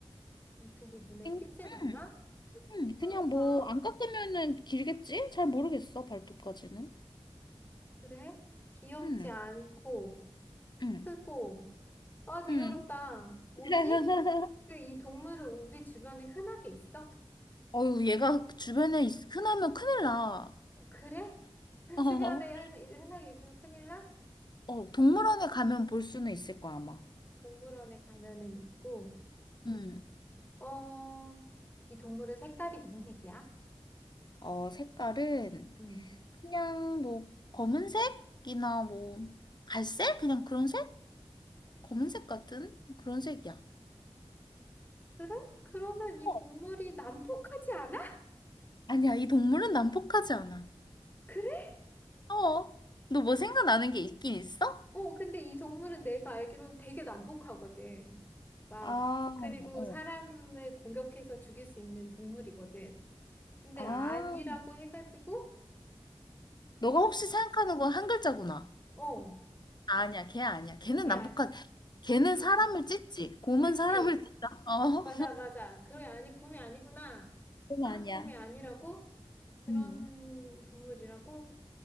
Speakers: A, on the left; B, on the left.
A: 발톱이 눈에
B: 응,
A: 띄진 않아?
B: 응, 응.
A: 그럼
B: 그냥 뭐
A: 봐.
B: 안 깎으면은 길겠지? 잘 모르겠어, 발톱까지는.
A: 그래? 귀엽지
B: 응,
A: 않고,
B: 응,
A: 크고. 아, 되게
B: 응.
A: 어렵다. 뭐지?
B: <laughs>
A: 그 이 동물은 우리 주변에 흔하게 있어?
B: 어유 얘가 주변에 있, 흔하면 큰일 나.
A: 그래? <laughs>
B: <laughs>
A: 주변에 흔- 흔하게 있으면 큰일 나?
B: 어, 어, 동물원에 가면 볼 수는 있을 거야, 아마.
A: 동물원에 가면은 있고,
B: 응.
A: 어, 이 동물은 색깔이 무슨 색이야?
B: 어, 색깔은
A: 음.
B: 그냥 뭐 검은색이나 뭐 갈색? 그냥 그런 색? 검은색 같은 그런 색이야.
A: 그래? 그러면 이
B: 어,
A: 동물이 난폭하지 않아?
B: 아니야, 이 동물은 난폭하지 않아.
A: <laughs>
B: 어, 너 뭐 생각나는 게 있긴 있어?
A: 어, 근데 이 동물은 내가 알기로는 되게 난폭하거든. 막,
B: 아,
A: 그리고
B: 어.
A: 사람을 공격해서 죽일 수 있는 동물이거든. 근데
B: 아,
A: 아- 아니라고 해가지고, 그,
B: 너가 혹시 생각하는 건 한 글자구나.
A: 어,
B: 아니야, 걔 아니야. 걔는
A: 걔,
B: 남북한,
A: 안-
B: 걔는
A: 걔는-
B: 사람을 찢지. 곰은
A: 그치.
B: 사람을 찢다. <laughs> 어,
A: 맞아, 맞아. 그래, 아니, 곰이 아니구나.
B: 곰
A: 아,
B: 아니야.
A: 곰이 아니라고? 그런
B: 음,
A: 동물이라고?